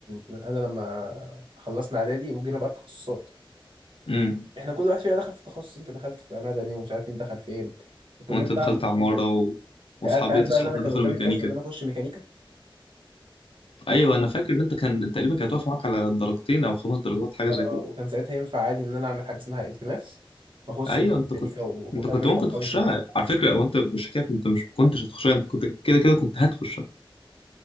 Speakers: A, on the right; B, on the left.
A: إن انا لما خلصنا اعدادي وجينا بقى التخصصات
B: امم
A: احنا كل واحد فينا دخل في تخصص انت دخلت في مدني ومش عارف مين دخل فين وكلنا
B: وانت دخلت
A: بقى مبقاش
B: عماره و...
A: يعني
B: واصحابي
A: انت عارف بقى
B: اصحابنا
A: ان انا كان
B: دخلوا
A: قدامي
B: ميكانيكا
A: فرصه ان انا اخش ميكانيكا
B: ايوه انا فاكر ان انت كان تقريبا كانت واقفه معاك على درجتين او خمس درجات حاجه
A: آه،
B: زي كده
A: وكان ساعتها ينفع عادي ان انا اعمل حاجه اسمها التماس واخش
B: ايوه
A: بقى
B: انت
A: ميكانيكا
B: كنت
A: و-
B: انت
A: واكمل
B: كنت ممكن
A: مع اصحابي
B: تخشها
A: في مكاني
B: على فكره هو انت مش حكايه انت مش كنتش هتخشها انت كنت كده كده كنت هتخشها